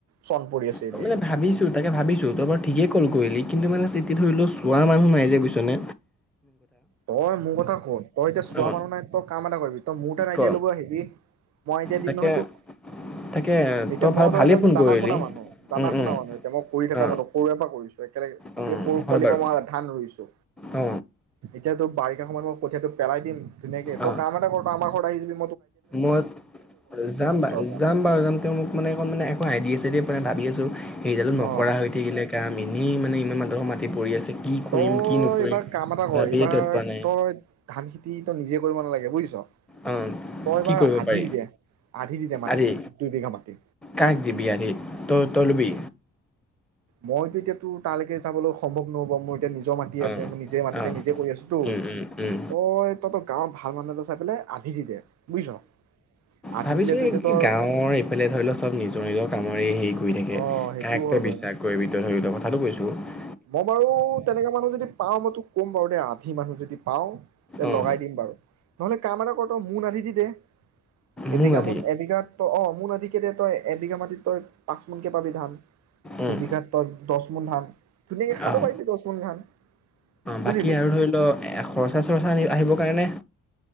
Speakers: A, on the right; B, in the centre.
A: চন পৰি আছে
B: তই
A: এনেই
B: মানে ভাবিছো তাকে ভাবিছো তই বাৰ ঠিক কল কৈলি কিন্তু মানে চিটি ধৰি লও চোৱা মানুহ নাই যে পিছনে
A: তই মোৰ কথা কত তই এতিয়া চোৱা
B: অ
A: মানুহ নাই তই কাম এটা কৰিবি ত মোৰ তাত আইডিয়া
B: ক
A: ল'ব হেবি মই এতিয়া দিম
B: তাকে
A: নহয় তোক,
B: তাকে
A: এতিয়া
B: তই
A: মই
B: ভাল
A: ধৰ
B: ভালেই
A: এজন
B: ফোন
A: জানা
B: কৰিলি
A: শুনা মানুহ, জানা
B: উম
A: শুনা
B: উম
A: মানুহ এতিয়া মই কৰি থকা
B: অ
A: মানুহ সৰুৰে পৰা কৰিছো ৰে <unintelligible>
B: অ
A: এই সৰু
B: হয়
A: পোৱালিৰ
B: বাৰু
A: পৰা মই ধান ৰুইছো
B: অ
A: এতিয়াটো বাৰষা সময় মই কঠীয়াটো পেলাই দিম ধুনীয়াকে, তই
B: অ
A: কাম এটা কৰ তই আমাৰ ঘৰত আহি যিবি
B: মই যাম বা
A: পৰা
B: যাম বাৰু যাম তেওঁ মোক মানে একো মানে একো আইডিয়া পোৱা মানে ভাবি আছো সেইডালো নকৰা
A: অ
B: হৈ থাকিলে কাম সি মানে ইমান মানুহৰ মাতি পৰি আছে কি কৰিম
A: তই
B: কি নকৰিম
A: এইবাৰ কাম এটা
B: ভাবিয়ে
A: কৰ এইবাৰ
B: তত পোৱা নাই
A: তই ধান খেতি ো নিজে কৰিব নালাগে বুজিছ
B: অ
A: তই এবাৰ
B: কি কৰিব
A: আধি
B: পাৰি
A: দি দে আধি দি দে মাটিটো
B: আদি
A: দুই বিঘা মাটি
B: কাক দিবি আদি তই ৰুবি
A: মইতো এতিয়া তোৰ তালৈকে যাবলৈ সম্ভৱ নহ'ব মোৰ এতিয়া নিজৰ মাটি
B: অ
A: আছে মই নিজে মাটিতে
B: অ
A: নিজে কৰি আছোতো
B: উম
A: তই,
B: উম উম
A: তহঁতৰ গাঁৱৰ ভাল মানুহ এটা চাই পেলাই আধি দি দে বুজিছ আধি
B: ভাবিছো
A: দিলে তই
B: এই
A: এতিয়া তোৰ
B: গাঁৱৰ এইফালে ধৰি লোৱা চব নিজৰ নিজৰ কামত হয় সেই ঘূৰি থাকে
A: অ সেইটোও
B: কাক
A: হয়
B: তই
A: বাৰু
B: বিশ্বাস কৰিবি তই কথাটো কৈছো আৰু <unintelligible>
A: মই বাৰু তেনেকা মানুহ যদি পাও মই তোক ক'ম বাৰু দে আধি মানুহ যদি পাওঁ তে
B: অঁ
A: লগাই দিম বাৰু নহলে কাম এটা কৰ ত মোন আধি দি দে এবিঘা
B: মোৰ মাটি
A: মোন এবিঘাত ত অ মোন আধিকেই দে তই এবিঘা মাটিত তই পাঁচ মোনকে পাবি ধান
B: অঁ
A: দুবিঘাত তই দহ মোন ধান ধুনীয়াকে খাব
B: অঁ
A: পাৰিবি দহ মোন ধান বুজিলি
B: বাকী আৰু ধৰি লওক খৰচা চৰ্চা আহিব নাই নাই